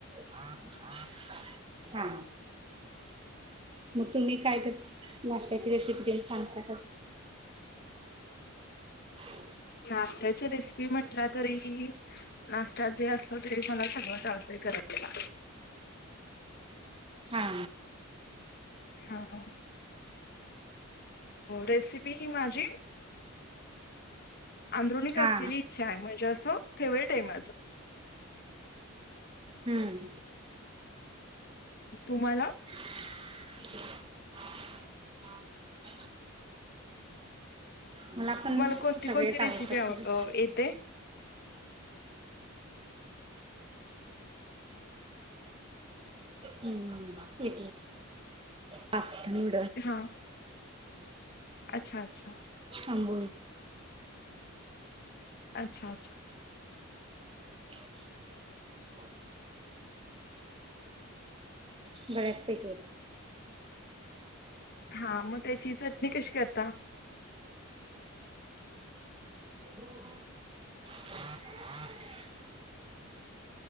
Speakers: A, on the right (about 25°); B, on the left (about 45°).
A: हा ह हा मग तुम्ही काय कस नाशत्याची रेसिपी सांगता <unintelligible>
B: नाटची रेसिपी म्हटला तरी नाश्ता जे असतो ते मला सगळंच आवडतंय करायला
A: हा
B: हा हा रेसिपी ही माझी आंदरिक
A: हा
B: असलेली इचछा छय म्हणजे अस फेवरेट आहे माझं
A: हम्म
B: तुम्हाला
A: <unintelligible> <unintelligible> मला पण
B: तुम्हाला कोणती
A: सगळेच
B: कोणती
A: आवडतात
B: रेसिपी आव
A: सग
B: अ येते
A: हम्मली पास्तन
B: हा अच्छा अच्छा
A: आब
B: अच्छा अच्छा
A: <unintelligible> बऱ्याचपैकी येत
B: हा मग त्याची चटणी कशी करता
A: हा हा